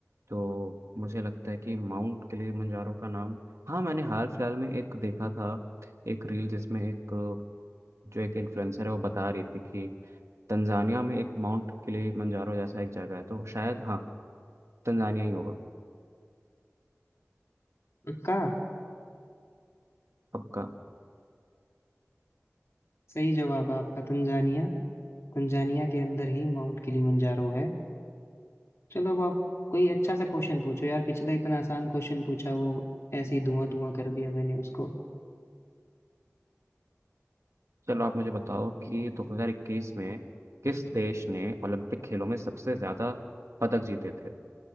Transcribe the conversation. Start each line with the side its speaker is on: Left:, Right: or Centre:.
Right: तो मुझे लगता है कि माउंट किलिमंजारो का नाम हाँ मैंने हाल फिलहाल में एक देखा था एक रील जिसमें एक अ, जो एक इन्फ्लुएंसर है वो बता रही थी कि तंजानिया में एक माउंट किलिमंजारो जैसा एक जगह है तो शायद हाँ तंजानिया ही होगा
Left: का
Right: पक्का
Left: सही जवाब है आपका तंजानिया तंजानिया के अंदर ही माउंट किलिमंजारो है चलो अब आप कोई अच्छा सा क्वेश्चन पूछो यार पिछला इतना आसान क्वेश्चन पूछा वो ऐसे ही धुआं धुआं कर दिया मैंने उसको
Right: चलो आप मुझे बताओ कि 2021 में किस देश ने ओलंपिक खेलों में सबसे ज़्यादा पदक जीते थे